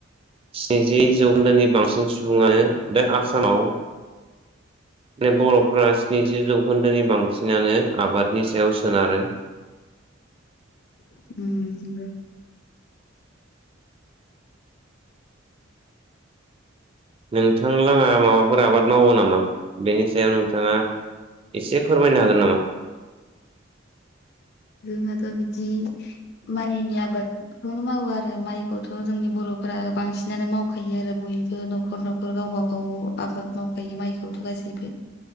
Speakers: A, on the right (about 30°); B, on the left (about 55°).
A: स्निजि जौखोन्दोनि बांसिन सुबुङानो बे आसामाव बे बर'फोरा स्निजि जौखोन्दोनि बांसिनानो आबादनि सायाव सोनारो।
B: <unintelligible>
A: नोंथांलाङा माबाफोर आबाद मावो नामा बेनि सायाव नोंथाङा एसे फोरमायनो हागोन नामा?
B: जोंहाथ' बिदि माइनि आबादखौनो मावो आरो माइखौथ' जोंनि बर'फोर रा- बांसिनानो मावखायो आरो बयबो न'खर न'खर गावबा गाव आबाद मावखायो माइखौथ' गासैबो